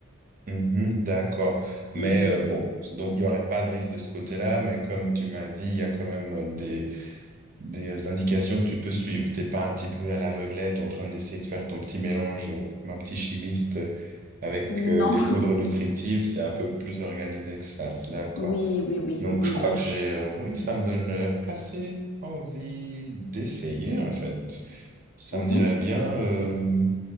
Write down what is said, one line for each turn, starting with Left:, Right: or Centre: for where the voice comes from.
Right: Mhm, d'accord. Mais
Left: Mhm.
Right: euh, bon,
Left: <laughs>
Right: donc il n'y aurait pas de risque de ce côté-là, mais comme tu m'as dit, il y a quand même euh, des des indications que tu peux suivre. T'es pas un petit peu à l'aveuglette en train d'essayer de faire ton petit mélange euh, comme un petit chimiste euh, avec
Left: Non.
Right: euh, les poudres nutritives. C'est un peu plus organisé que ça. D'accord.
Left: Oui, oui, oui,
Right: Donc,
Left: oui,
Right: je crois
Left: oui.
Right: que j'ai, euh, oui, ça me donne euh, assez envie d'essayer, en fait. Ça
Left: Mhm.
Right: me dirait bien, euh,